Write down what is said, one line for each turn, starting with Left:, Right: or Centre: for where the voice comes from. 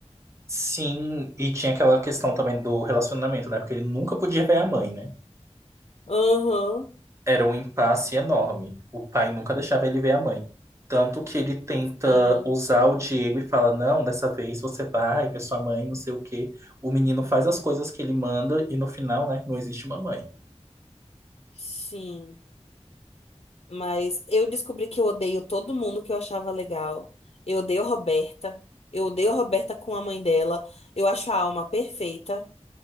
Right: Sim, e tinha aquela questão também do relacionamento, né? Porque ele nunca podia ver a mãe, né?
Left: Aham,
Right: Era um impasse enorme. O pai nunca deixava ele ver a mãe. Tanto que ele tenta
Left: sim,
Right: usar o Diego e fala: Não, dessa vez você vai ver sua mãe, não sei o quê. O menino faz as coisas que ele manda e no final, né? Não existe uma mãe
Left: sim. Mas eu descobri que eu odeio todo mundo que eu achava legal. Eu odeio a Roberta. Eu odeio a Roberta com a mãe dela. Eu acho a Alma perfeita,